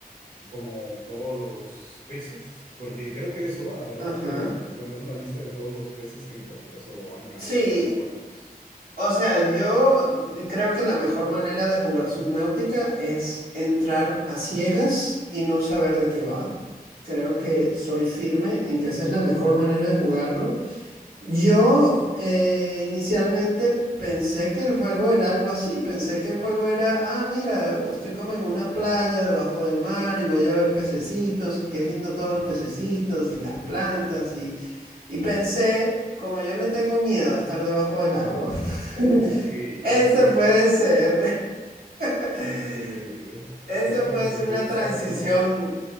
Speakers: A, on the right; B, on the right.
A: como todos los peces, porque creo que de eso va, ¿verdad?
B: ajá.
A: De tener una lista de todos los peces que encuentras o animales
B: Sí,
A: acuáticos.
B: o sea, yo creo que la mejor manera de jugar Subnautica es entrar a ciegas y no saber de qué va. Creo que soy firme en que esa es la mejor manera de jugarlo. Yo eh, inicialmente pensé que el juego era algo así, pensé que el juego era, ah, mira, estoy como en una playa debajo del mar y voy a ver pececitos y qué lindo todos los pececitos y las plantas y, y pensé, como yo le tengo miedo a estar debajo del agua,
A: Ok, y
B: <laughs> eso
A: lo juegas.
B: puede ser, <laughs>
A: Increíble.
B: eso
A: Es como
B: puede
A: que
B: ser
A: te
B: una
A: gusta
B: transición,
A: algo.